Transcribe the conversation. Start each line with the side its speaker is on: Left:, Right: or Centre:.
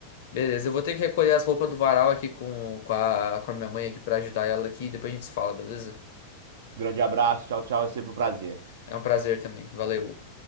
Left: Beleza, eu vou ter que recolher as roupas do varal aqui com, com a, com a minha mãe aqui pra ajudar ela aqui. Depois a gente se fala, beleza?
Right: Grande abraço, tchau, tchau, é sempre um prazer.
Left: É um prazer também. Valeu.